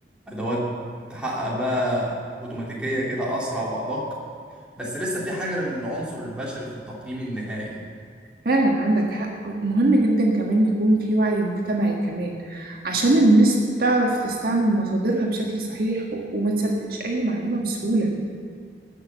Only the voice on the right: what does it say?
فعلا عندك حق مهم جدا كمان يكون في وعي مجتمعي كمان عشان الناس تعرف تستعمل مصادرها بشكل صحيح و- وما تصدقش أي معلومة بسهولة